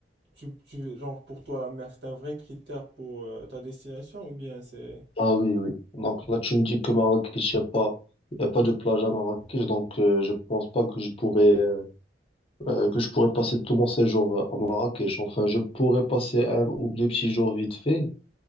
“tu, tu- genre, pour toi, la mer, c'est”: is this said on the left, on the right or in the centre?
Right